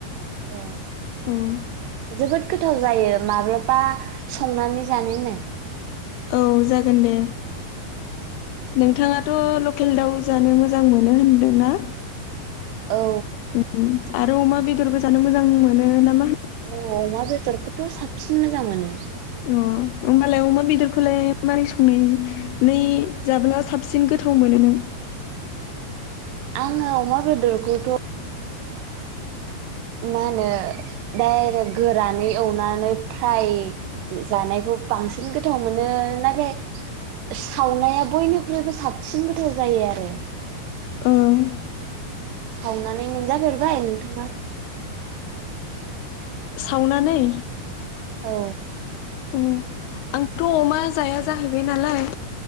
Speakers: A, on the right (about 80°); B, on the left (about 80°).
A: ए
B: उम
A: जोबोद गोथाव जायो माब्लाबा संनानै जानाय नाय
B: औ जागोन दे नोंथाङा थ लकेल दाउ जानो मोजां मोनो होनदोंना
A: औ
B: उम आरो अमा बेदरबो जानो मोजां मोनो नामा
A: औ अमा बेदरखौथ साबसिन मोजां मोनो
B: अ होमबालाय अमा बेदरखौलाय मारै सं <unintelligible> नै जाब्ला साबसिन गोथाव मोनो नों
A: आङो अमा बेदरखौथ मा होनो डायरेग गोरानै एवनानै फ्राय जानायखौ बांसिन गोथाव मोनो नाथाय सावनाया बयनिख्रुइबो साबसिन गोथाव जायो आरो
B: ओं
A: सावनानै मोनजाफेरबाय नोंथाङा
B: सावनानै
A: औ
B: ओ आंथ अमा जाया जाहैबाय नालाय